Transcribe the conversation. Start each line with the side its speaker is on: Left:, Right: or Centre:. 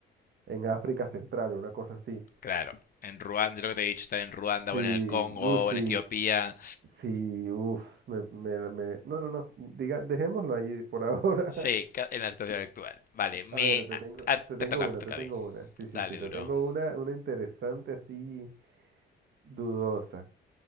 Right: en África Central, una cosa así.
Left: Claro, en Ruanda, es lo que te he dicho, estar en Ruanda
Right: Sí,
Left: o en
Right: uy,
Left: el Congo o
Right: sí,
Left: en Etiopía.
Right: sí, uff, me, me, me- no, no, no, diga, dejémoslo ahí por ahora.
Left: Sí, ca- en la situación actual. Vale,
Right: <laughs>
Left: me...
Right: A ver, te
Left: a-
Right: tengo,
Left: a-
Right: te
Left: te
Right: tengo
Left: toca,
Right: una,
Left: te toca
Right: te tengo
Left: a ti.
Right: una. Sí, sí,
Left: Dale,
Right: sí, te
Left: duro.
Right: tengo una, una interesante así dudosa.